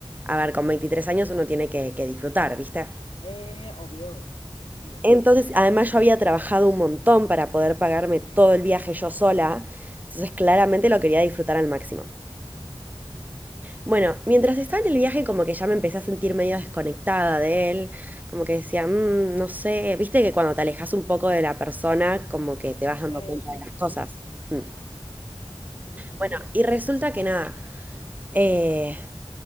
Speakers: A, on the right; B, on the left.
A: a ver, con 23 años uno tiene que, que disfrutar, ¿viste?
B: Eh, obvio, obvio.
A: Entonces, además yo había trabajado un montón para poder pagarme todo el viaje yo sola, entonces claramente lo quería disfrutar al máximo. Bueno, mientras estaba en el viaje como que ya me empecé a sentir medio desconectada de él, como que decía, "Mm, no sé, viste que cuando te alejas un poco de la persona como que te vas
B: Eh,
A: dando cuenta
B: sí.
A: de las cosas. Mm.
B: Ujú,
A: Bueno, y resulta que nada, eh,